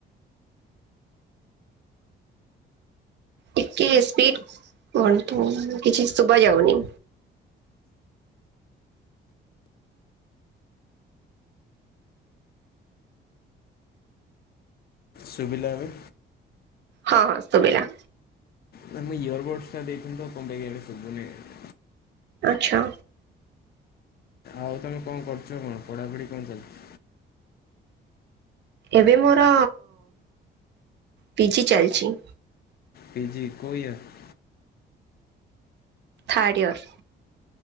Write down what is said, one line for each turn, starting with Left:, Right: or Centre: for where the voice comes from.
Right: ଟିକେ ସ୍ପିଡ କଣ କିଛି ଶୁଭା ଯାଉନି
Left: ଶୁଭିଲା ଏବେ
Right: ହଁ ଶୁଭିଲା
Left: ନା, ମୁଁ ଇୟର ବୋଡସ ଟା ଦେଇଥିଲି ତ କଣ ପାଇଁ କେଜାଣି ଶୁଭୁନାହିଁ।
Right: ଆଚ୍ଛା।
Left: ଆଉ ତୁମେ କଣ କରୁଛ କଣ? ପଢ଼ାପଢ଼ି କଣ ଚାଲିଛି।
Right: ଏବେ ମୋର ପିଜି ଚାଲିଛି।
Left: ପିଜିି, କୋଉ ଇୟର?
Right: Third year.